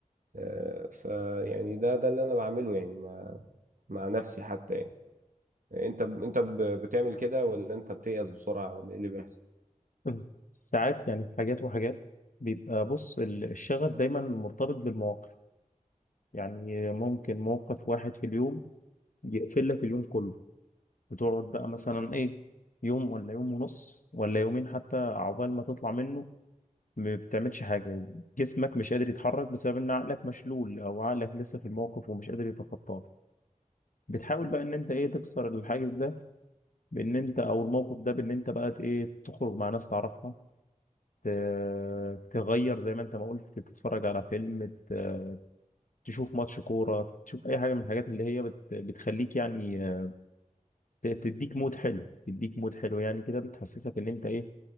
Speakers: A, on the right; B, on the left.
A: آه، فيعني ده ده اللي أنا بعمله يعني مع مع نفسي حتى يعني آه، أنت ب- أنت ب- بتعمل كده ولا أنت بتيأس بسرعة ولا إيه اللي بيحصل؟
B: مم. ساعات يعني حاجات وحاجات بيبقى بص ال- الشغف دايما مرتبط بالمواقف يعني ممكن موقف واحد في اليوم يقفل لك اليوم كله وتقعد بقى مثلا ايه يوم ولا يوم ونص ولا يومين حتى عقبال ما تطلع منه ما بتعملش حاجة جسمك مش قادر يتحرك بسبب ان عقلك مشلول او عقلك لسه في الموقف ومش قادر يتخطاه بتحاول بقى ان انت ايه تكسر الحاجز ده بان انت او الموقف ده بان انت بقى ايه تخرج مع ناس تعرفها ت- تغير زي ما انت ما قلت تتفرج على فيلم ت- تشوف ماتش كورة تشوف اي حاجة من الحاجات اللي هي بت... بتخليك يعني آه، ت- تديك مود حلو تديك مود حلو يعني كده بتحسسك ان انت ايه